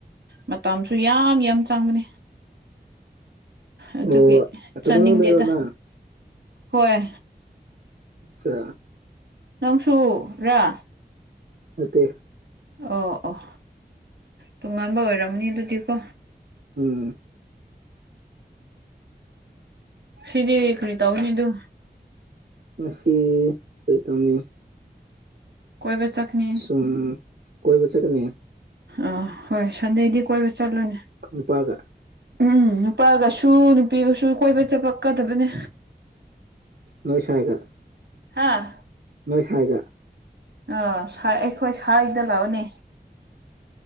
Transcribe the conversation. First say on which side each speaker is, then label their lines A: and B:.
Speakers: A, on the right; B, on the right.
A: ꯃꯇꯝꯁꯨ ꯌꯥꯝ ꯌꯥꯝ ꯆꯪꯕꯅꯤ ꯑꯗꯨꯒꯤ
B: ꯑꯣ ꯇꯃꯦꯡꯂꯣꯡꯗꯩꯔꯣ
A: ꯆꯥꯅꯤꯡꯗꯦꯗ
B: ꯅꯪ
A: ꯍꯣꯏ
B: ꯑꯆꯥ
A: ꯅꯪꯁꯨꯨ ꯔ
B: <unintelligible>
A: ꯑꯣ ꯑꯣ ꯇꯣꯉꯥꯟꯕ ꯑꯣꯏꯔꯝꯅꯤ ꯑꯗꯨꯗꯤꯀꯣ
B: ꯎꯝ
A: ꯁꯤꯗꯤ ꯀꯔꯤ ꯇꯎꯅꯤꯗ
B: ꯃꯁꯤ ꯀꯔꯤ ꯇꯧꯅꯤ
A: ꯀꯣꯏꯕ ꯆꯠꯀꯅꯤ
B: ꯁꯨꯝ ꯀꯣꯏ ꯆꯀꯅꯤ
A: ꯑꯥ ꯍꯣꯏ ꯁꯟꯗꯦꯗꯤ ꯀꯣꯏꯕ ꯆꯠꯂꯨꯅꯦ
B: ꯅꯨꯄꯥꯒ
A: ꯎꯝ ꯅꯨꯄꯥꯒꯁꯨ ꯅꯨꯄꯤꯒꯁꯨ ꯀꯣꯏꯕ ꯆꯠꯄꯀꯗꯕꯅꯦ
B: ꯅꯣꯏ ꯁꯥꯏꯒ
A: ꯍꯥꯥ
B: ꯅꯣꯏ ꯁꯋꯥꯗ
A: ꯑꯥ ꯑꯩꯈꯣꯏ ꯁꯥꯏꯗ ꯂꯥꯛꯑꯣꯅꯦ